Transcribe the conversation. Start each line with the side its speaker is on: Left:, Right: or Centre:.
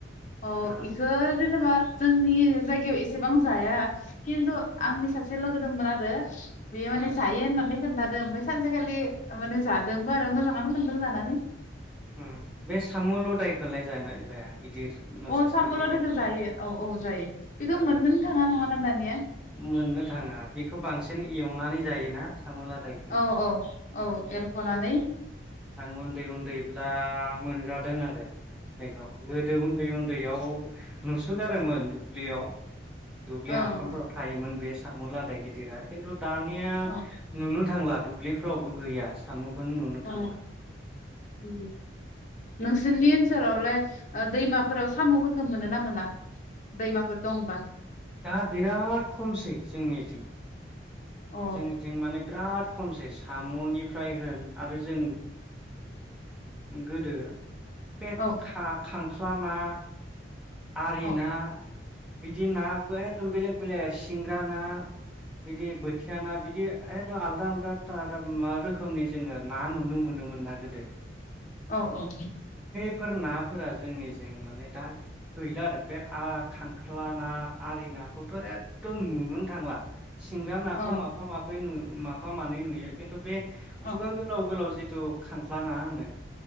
Left: अ
Centre: आतसा
Left: इखौ जेनेबा जोंनि जायगायाव एसेबां जाया किन्थु
Centre: उम
Left: आंनि सासे लोगो दंमोन आरो <inaudible> बेे
Centre: उम
Left: माने जायो खोन्थादों ओमफ्राय सानसेखालि माने जादोंबो आरो मोजाङानो मोनदों जानानै
Centre: ओ बे साम लदायखौलाय जाय़ना जाया गिदिर मोनसे
Left: अ
Centre: साम
Left: लादायखौ
Centre: दं जे
Left: जायो औ औ जायो बेखौ
Centre: ओ
Left: मोननोनो थाङा नङाना दानिया
Centre: मोननो थाङा बेखौ बांसिन एवनानै जायोना सामु लादायखौ
Left: औ औ औ
Centre: अ
Left: एरख'नानै
Centre: आं उन्दै उन्दै ब्ला आं मोनजादों आरो बेखौ गोदो उन्दै उन्दैयाव नुसोगारोमोन दुब्लियाव दुब्लि
Left: ओं
Centre: हाखरफोराव थायोमोन बे सामुलादाय गिदिरा खिन्थु दानिया
Left: अ
Centre: नुनो थांला दुब्लिफ्रावबो गैया सामु खौनो नुनो
Left: अ
Centre: थांला
Left: उम नोंसोरनि ओनसोलावलाय ओ दैमाफोराव साम'फोरखौ मोनो ना मोना? दैमाफोर दंबा
Centre: दा बिराद खमसै जोंनिथिं
Left: अ
Centre: जोंनिथिं माने बिराद खमसै साम'निफ्राय होन आरो जों गोदो बे
Left: औ
Centre: खा खां ख्लााना आरिना
Left: औ
Centre: बिदि ना एखदम बेलेग बेलेग सिंग्रा ना बिदि बोथिया ना बिदि एखदम आलदा आलदा मा रोखोमनि जोङो ना नुनो मोनोमोनना गोदो
Left: औ औ
Centre: बेफोर नाफोरा जोंनिजों माने दा गैला आरो बे आ खांख्ला ना आरि ना थ' एखदम नुनोनो थांला सिंग्रा नाखौ
Left: अ
Centre: माफा माबफै नु म फा मानै नुयो खिन्थु बे
Left: अ
Centre: खुगा गोलााव गोलाव जिथु खांख्ला ना होनो